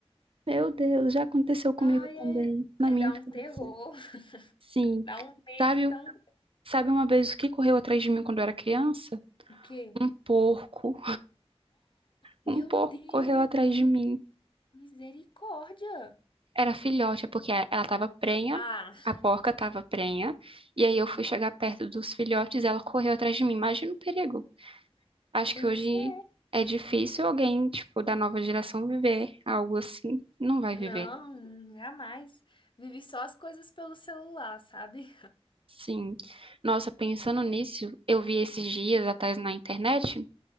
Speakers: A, on the right (about 55°); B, on the left (about 50°).
A: Meu Deus, já aconteceu comigo
B: ai,
A: também,
B: é,
A: na
B: é
A: minha
B: dar
A: infância.
B: um terror, <laughs>
A: Sim.
B: dá um medo
A: Sabe,
B: tão...
A: o- sabe uma vez o que correu atrás de mim quando eu era criança?
B: O quê?
A: Um porco.
B: Meu
A: Um porco
B: Deus,
A: correu atrás de mim.
B: misericórdia!
A: Era filhote, é porque ela estava prenha,
B: Ah,
A: a porca estava prenha, e aí eu fui chegar perto dos filhotes e ela correu atrás de mim. Imagina o perigo. Acho
B: pois
A: que hoje
B: é.
A: é difícil alguém, tipo, da nova geração viver algo assim. Não vai
B: Não,
A: viver.
B: jamais. Vivi só as coisas pelo celular, sabe?
A: Sim. Nossa, pensando nisso, eu vi esses dias atrás na internet